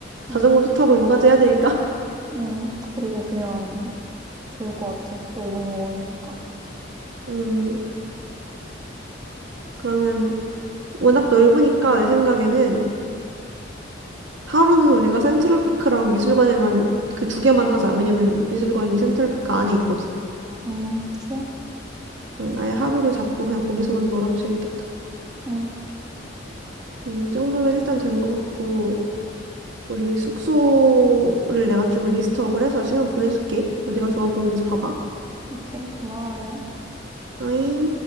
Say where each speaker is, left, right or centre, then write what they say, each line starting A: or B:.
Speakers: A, on the right; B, on the right.
A: 자전거도
B: 음,
A: 타고 요가도 해야 되니까. <laughs>
B: 음. 그리고 그냥 좋을 것 같아. 넓은 공원이니까.
A: 음, 그러면 워낙 넓으니까 내 생각에는 하루는 우리가 센트럴파크랑 미술관에만 그 두 개만 하자. 왜냐면 미술관이 센트럴파크 안에 있거든.
B: 음, 좋아.
A: 음, 아예 하루를 잡고 그냥 거기서만 놀아도 재밌겠다.
B: 음,
A: 음, 이 정도면 일단 된 것 같고 우리 숙소를 내가 좀 리스트업을 해서 시간 보내줄게. 어디가 좋아 보이는지 봐봐.
B: 오케이. 고마워요.
A: 아잉.